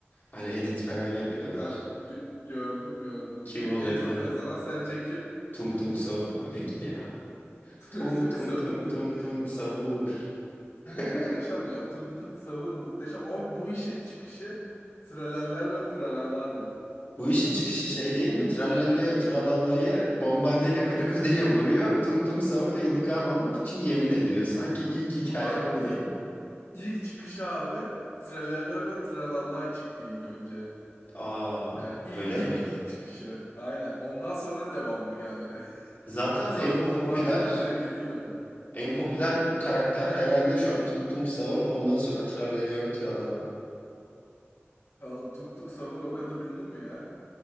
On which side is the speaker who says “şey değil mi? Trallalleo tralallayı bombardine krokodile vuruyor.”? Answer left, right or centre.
Left